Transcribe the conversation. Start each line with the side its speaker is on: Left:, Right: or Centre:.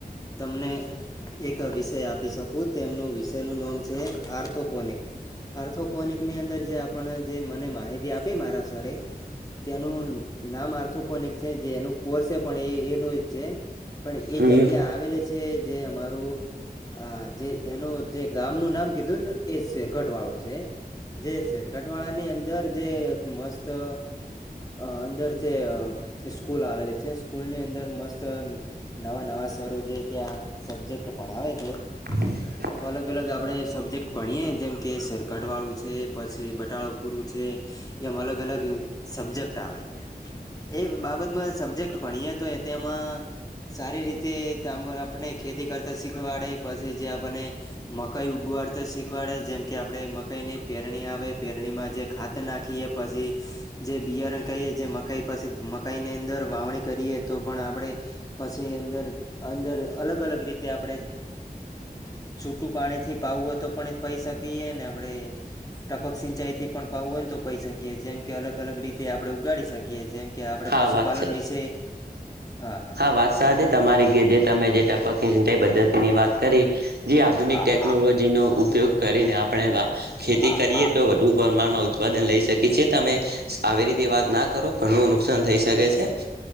Left: તમને એક વિષય આપી શકું તેમનું વિષય નું નામ છે આર્થોકોનિક આર્થોકોનિક ની અંદર જે આપને જે મને માહિતી આપી મારા સરે તેનું નામ આ આથોકોનિક છે જે એનું કોરસે પણ એ એનું છે પણ એ
Right: હમ
Left: જગ્યા આવેલી છે જે અમારું આ જે એનો જે ગામનું નામ કીધુંને એ શેરખટ વાળું છે. જે શેરકટ વાળા ની અંદર જે એક મસ્ત અ અંદર જે સ્કૂલ આવેલી છે સ્કૂલ ની અંદર મસ્ત નવા નવા શરો જે ત્યાં સબ્જેક્ટ ભણાવે છે.
Right: <inaudible>
Left: ઓમ અલગ અલગ આપણે સબ્જેક્ટ ભણીએ જેમ કે સરકટવાળું છે પછી બટાળા પૂરું છે. એમ અલગ અલગ સબ્જેક્ટ આવે એ બાબતમાં સબ્જેક્ટ ભણીએ. તો એ તેમાં સારી રીતે ત આપણે ખેતી કરતા શીખવાડે પછી જે આપણને મકાઈ ઉગવાડતો શીખવાડે જેમ કે આપડે મકાઈ ની પેરણી આવે પેરણીમાં જે ખાત નાખીએ પછી જે બિયારણ કહીએ જે મકાઈ પાછી મકાઈની અંદર વાવણી કરીએ તો પણ આપણે પછી અંદર અંદર અલગ અલગ રીતે આપણે ચ છૂટું પાણી થી પાવું હોય તો પણ પઈ શકીએ ને આપણે ટપક સિંચાઈથી પણ પાવું હોય તો પઈ શકીએ જેમ કે અલગ અલગ રીતે આપણે ઉગાડી શકીએ જેમ. કે આપણે
Right: હા
Left: પશુપાલન
Right: વાત છે
Left: વિશે હા હા.
Right: વાત સાથે તમારી જે જે તમે જે ટપકની ચિંતા પદ્ધતિ ની વાત કરી. જે આધુનિક
Left: આ
Right: ટેકનોલોજીનો
Left: હા
Right: ઉપયોગ કરીને આપણે વા ખેતી
Left: આ
Right: કરીએ
Left: હા
Right: તો ઉપ્રમાણમાં ઉત્પાદન લઈ શકી છી તમે આવી રીતે વાત ના કરો ઘણું નુકસાન થઈ શકે છે.